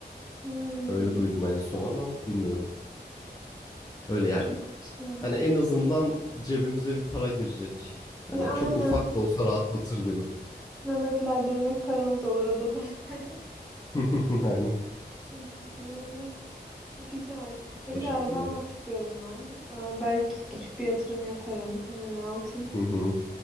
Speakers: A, in the centre; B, on the left.
A: Hmm.
B: Öyle duydum en son ama bilmiyorum. Öyle ya
A: Çok kötü ya.
B: hani en azından cebimize bir para girecek. Hani
A: Ya aynen.
B: çok ufak da olsa rahatlatır gibi.
A: Nöbetlerde yemek paranız olur o da zaten. <laughs>
B: <laughs> Aynen
A: Büyük ihtimalle. Güzel. Ya
B: o
A: bir
B: şekilde.
A: de araba almak istiyorum ben. Aa, belki küçük bir yatırım yaparım. Yani altın
B: Hı hı.